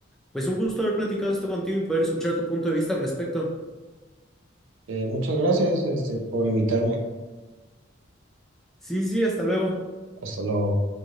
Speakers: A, in the centre; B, on the right.
A: Pues un gusto haber platicado esto contigo y poder escuchar tu punto de vista al respecto.
B: Eh, muchas gracias este, por invitarme.
A: Sí, sí, hasta luego.
B: Hasta luego.